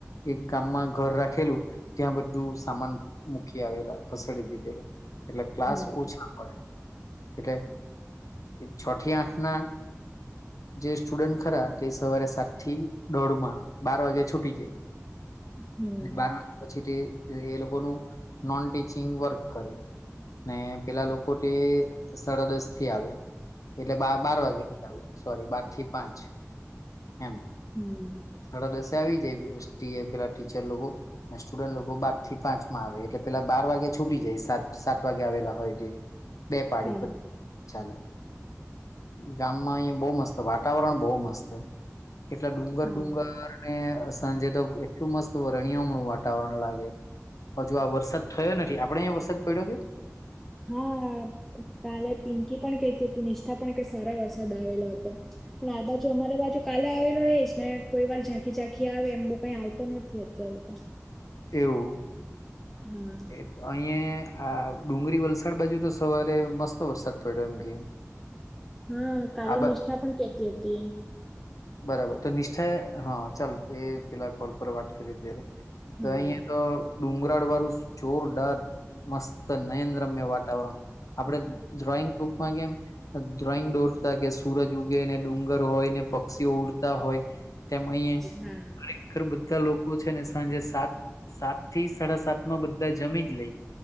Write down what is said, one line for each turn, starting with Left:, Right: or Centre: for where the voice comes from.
Left: એક ગામમાં ઘર રાખેલું ત્યાં બધું સામાન મૂકી આવેલા ખસેડી દીધેલું એટલે ક્લાસ
Centre: હમ
Left: ઓછા પડે એટલે છ થી આઠ ના જે સ્ટુડન્ટ ખરા તે સવારે સાતથી દોઢ માં બાર વાગે છૂટી જઈ
Centre: હમ.
Left: અને બાર વાગ્યા પછી તે એ લોકોનું નોન ટીચિંગ વર્ક કરે ને પેલા લોકો તે સાડા દસ થી આવે એટલે બા બાર વાગેથી આવે સોરી બા થી પાંચ એમ
Centre: હમ
Left: સાડા દસ. આવી જાય પેલા ટીચર લોકો સ્ટુડન્ટ લોકો બાર થી પાંચ માં આવે એટલે પેલા બાર વાગે. છૂટી જાય સાત- સાત વાગે આવેલા હોય તે બે પાડી
Centre: હા
Left: પર ચાલે. ગામમાં અહિયાં બહુ મસ્ત વાતાવરણ બહુ મસ્ત એટલે.
Centre: હા.
Left: ડુંગરને સાંજે તો એટલું મસ્ત વરણિયામણું વાતાવરણ લાગે. હજુ આ વરસાદ થયો નથી આપડે અહીંયા વરસાદ પડ્યો કે.
Centre: હા કાલે પિંકી પણ કતી હતી નિષ્ઠા પણ કે સારા વરસાદ આવેલો હતો. પણ આ બાજુ અમારી બાજુ કાલે આવેલો એ જ ને કોઈ વાર ઝાંખી -ઝાંખી આવે એમ બહુ કઈ આવતો નથી. અત્યારે તો.
Left: એવું.
Centre: હા.
Left: એ અહીં આ ડુંગળી વલસાડ બાજુ તો સવારે મસ્ત વરસાદ પડ્યો એમ કે.
Centre: હા કાલે
Left: આ
Centre: નિષ્ઠા
Left: બા
Centre: પણ કેતી હતી.
Left: બરાબર તો નિષ્ઠા હા ચાલ એ પેલા કોલ પર વાત કરી ત્યારે તો
Centre: હા
Left: અહીયાં તો ડુંગરાળ વાળું જોરદાર મસ્ત નયન રમ્ય વાતાવરણ આપણે ડ્રોઈંગ બુકમાં કેમ ડ્રોઈંગ દોરતા કે સૂરજ ઉગેને ડુંગર હોય ને પક્ષીઓ ઉડતા હોય તેમ અહીંએ
Centre: હા
Left: ખરેખર બધા લોકો છે ને સાંજે સાત સાત થી સાડા સાતમાં બધા જમી જ લઈ.